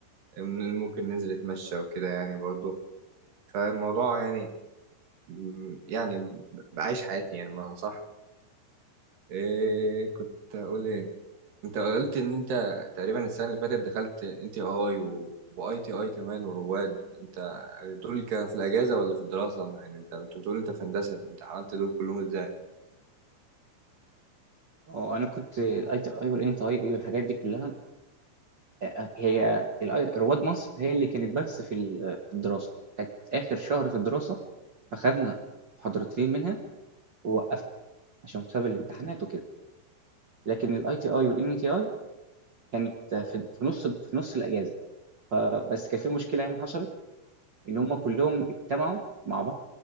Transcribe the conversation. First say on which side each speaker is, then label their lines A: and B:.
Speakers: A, on the right (about 60°); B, on the right (about 75°).
A: إيه، ممكن ننزل نتمشى وكده يعني برضه فالموضوع يعني م- يعني بعيش حياتي يعني ما صح إيه كنت اقول ايه انت قلت ان انت تقريبا السنه اللي فاتت دخلت ان تي اي واي تي اي كمان ورواد انت دول كان في الاجازه ولا في الدراسه يعني انت كنت بتقول انت في هندسه فانت عملت دول كلهم ازاي
B: اه انا كنت الاي تي اي والان تي اي دي والحاجات دي كلها آه، هي ال I- رواد مصر هي اللي كانت بس في ال- في الدراسه كانت اخر شهر في الدراسه فخدنا محاضرتين منها ووقفنا عشان بسبب الامتحانات وكده لكن الاي تي اي والان تي اي كانت آه، في في نص في نص الاجازه فبس كان في مشكله يعني حصلت ان هم كلهم اجتمعوا مع بعض